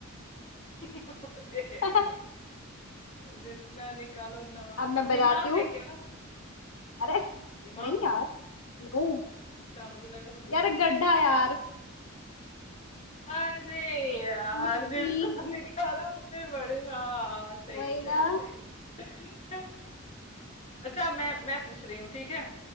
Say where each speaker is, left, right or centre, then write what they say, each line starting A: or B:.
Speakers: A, on the left; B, on the left.
A: <laughs> अरे यार
B: <laughs>
A: जितना निकालो उतना बड़ा
B: अब मैं बताती
A: दिमाग
B: हूँ
A: है क्या
B: अरे
A: दिमाग
B: नहीं यार नो
A: अच्छा मुझे लगा
B: यार गड्ढा यार
A: अ? अरे यार
B: मिट्टी
A: जितना <laughs> निकालो उतने बड़े हाँ हाँ सही
B: वही
A: सही
B: ना
A: सही <laughs> अच्छा मैं मैं पूछ रही हूँ ठीक है